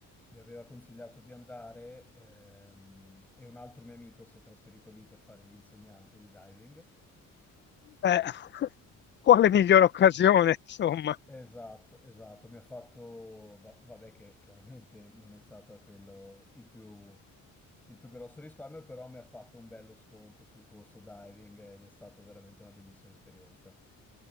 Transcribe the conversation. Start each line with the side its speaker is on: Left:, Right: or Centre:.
Centre: mi aveva consigliato di andare ehm, e un altro mio amico si è trasferito lì per fare l'insegnante di diving.
Left: Beh, <laughs> quale migliore occasione, insomma?
Centre: Esatto, esatto, mi ha fatto, va- vabbè che chiaramente non è stato quello il più, il più grosso risparmio, però mi ha fatto un bello sconto sul corso diving ed è stata veramente una bellissima esperienza.